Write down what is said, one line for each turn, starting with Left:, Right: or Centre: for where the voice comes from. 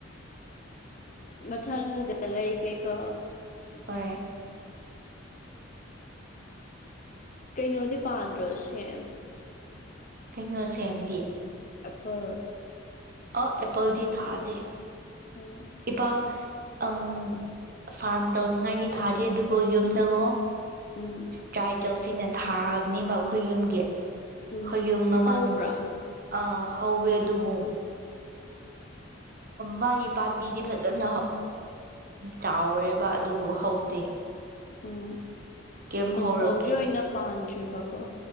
Left: ꯃꯊꯪꯗ ꯂꯩꯒꯦꯀꯣ
Right: ꯍ
Left: ꯀꯩꯅꯣꯗꯤ ꯄꯥꯟꯗ꯭ꯔꯣꯁ
Right: ꯀꯩꯅꯣ ꯁꯦꯝꯗꯤ
Left: ꯑꯄ
Right: ꯑꯧ ꯑꯦꯄꯜꯗꯤ ꯊꯥꯗꯦ
Left: ꯎꯝ
Right: ꯏꯄꯥ ꯑꯪ ꯐꯥꯔꯝ ꯇꯧꯅꯤꯡꯉꯥꯏꯗꯤ ꯊꯥꯗꯦ ꯑꯗꯨꯕꯨ ꯌꯨꯝꯗꯒꯣ
Left: ꯎꯝ
Right: ꯇ꯭ꯔꯥꯏꯆꯧꯁꯤꯡꯅ ꯊꯥꯕꯅꯦꯕ ꯑꯩꯈꯣꯏ ꯌꯨꯝꯒꯤ ꯑꯩꯈꯣꯏ
Left: ꯎꯝ
Right: ꯌꯨꯝ ꯃꯃꯥꯡ
Left: ꯍꯧꯕ꯭ꯔꯥ
Right: ꯑ ꯍꯧꯋꯦ ꯑꯗꯨꯕꯨ ꯃꯥꯒꯤ ꯄꯥꯝꯕꯤꯗꯤ ꯐꯖꯅ ꯆꯥꯎꯔꯦꯕ ꯑꯗꯨꯕꯨ ꯍꯧꯗꯦ
Left: ꯎꯝ
Right: ꯀꯩꯝ
Left: ꯍꯧꯖꯤꯛ
Right: ꯍꯧꯔꯛꯇ꯭ꯔꯤ
Left: ꯐꯥꯎꯒꯤ ꯑꯣꯏꯅ ꯄꯥꯟꯗ꯭ꯔꯤꯕꯀꯣ